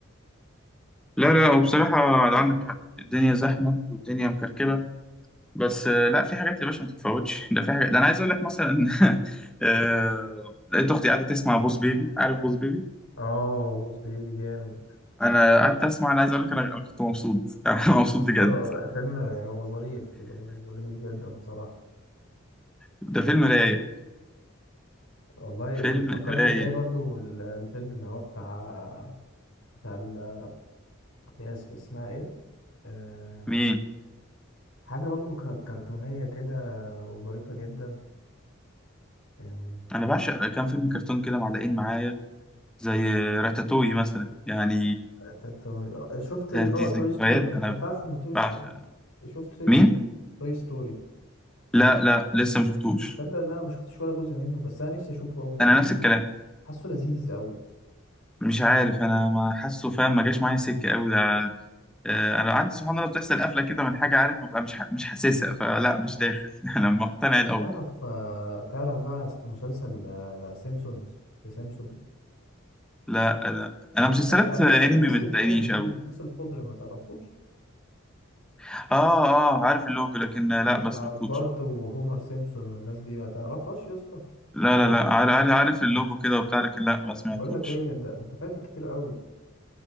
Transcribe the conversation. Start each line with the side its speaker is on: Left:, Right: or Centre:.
Centre: لا لا وبصراحة عندك حق الدنيا زحمة والدنيا مكركبة بس آه، لا في حاجات يا باشا ما تتفوتش ده في حاجات ده انا عايز اقول لك مثلا <laughs> آه، لقيت اختي قاعدة تسمع بوس بيبي عارف بوس بيبي
Left: اه بوس بيبي جامد
Centre: انا قعدت اسمع انا عايز اقول لك انا أنا كنت مبسوط <laughs> أنا مبسوط
Left: بس
Centre: بجد
Left: فيلم هو ظريف ظريف جدا بصراحة
Centre: ده فيلم رايق
Left: والله
Centre: فيلم
Left: بتفكرني
Centre: رايق
Left: زي برضو ال- الفيلم اللي هو بتاع بتاع ال- اللي هي اس- اسمها ايه آه...
Centre: مين
Left: حاجة برضو ك- كرتونية كده وظريفة جدا آه،
Centre: انا بعشق كام فيلم كرتون كده معلقين معايا زي راتاتوي مثلا يعني
Left: تا- توي- آه، شفت
Centre: ده
Left: اللي
Centre: دي
Left: هو
Centre: ذكريات
Left: توي ستوري مثلا
Centre: انا
Left: انت عارف ان توي ستوري
Centre: بعشق
Left: شفت توي
Centre: مين
Left: ستوري توي ستوري
Centre: لا لا لسه ما شفتوش
Left: تصدق ان انا ما شفتش ولا جزء منه بس انا نفسي اشوفه قوي حاسه
Centre: انا نفس الكلام
Left: حاسه لذيذ قوي
Centre: مش عارف انا ما حاسه فاهم ما جاش معايا سكه قوي آه، انا عندي سبحان الله بتحصل قفله كده من حاجه عارف ببقى مش ح- مش حاسسها فلا مش داخل <laughs> انا مقتنع
Left: طب
Centre: الاول
Left: تعرف آه، تعرف بقى مسلسل سيمسونز ذا سيمسونز
Centre: لا لا انا مسلسلات
Left: بتاع الناس
Centre: انمي
Left: الناس
Centre: ما
Left: الخضر
Centre: تلاقينيش
Left: دي
Centre: قوي
Left: الناس الخضر ما تعرفوش
Centre: اه اه عارف اللوجو لكن لا
Left: بتاع
Centre: ما سمعتوش
Left: بارت وهومر سيمسون والناس دي ما تعرفهاش يا اسطى
Centre: لا
Left: معقول
Centre: لا لا عار- عار- عارف اللوجو كده وبتاع لكن لا ما سمعتوش
Left: بقول لك ايه ده انت فايتك كتير قوي